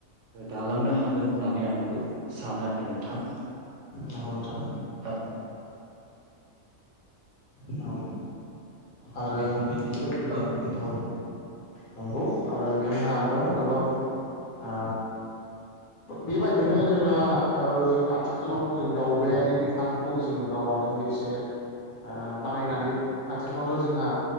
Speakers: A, on the right; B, on the left.
A: जालांनो हागोन होननानै आंबो सानो आरो नोंथां
B: नंगौ नोंथां
A: ओ
B: नंगौ आरो
A: बेफोरबायदि
B: बेबायदिनो
A: नोंथां
B: औ नंगौ आरो जोंहा दं गोबां ओ बेबायदिनो जोंहा ओ जों आथिखालाव जों दावबायारि बिफानखौ जों गावानो इसे ओ
A: औ
B: बानायनानै आथिखालावथ' जोंहा